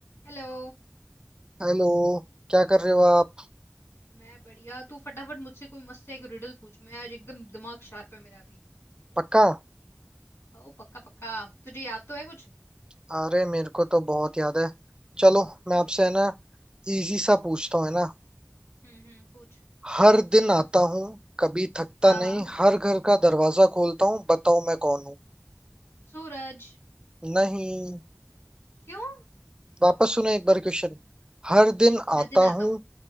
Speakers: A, on the left (about 75°); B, on the right (about 20°).
A: Hello
B: Hello क्या कर रहे हो आप
A: मैं बढ़िया तू फटाफट मुझसे कोई मस्त सा एक रिडल पूछ मैं आज एकदम दिमाग शार्प है मेरा अभी
B: पक्का
A: ओ पक्का पक्का तुझे याद तो है कुछ
B: अरे मेरे को तो बहुत याद है चलो मैं
A: पूछ
B: आपसे
A: पर
B: है ना
A: फिर
B: इजी सा पूछता हूँ है ना
A: हम्म हम्म पूछ
B: हर दिन आता हूँ कभी थकता
A: हाँ हाँ
B: नहीं हर घर का दरवाजा खोलता हूँ बताओ मैं कौन हूँ
A: सूरज
B: नहीं
A: क्यों
B: वापस सुनो एक बार क्वेश्चन हर दिन
A: हर
B: आता
A: दिन आता
B: हूँ
A: हूँ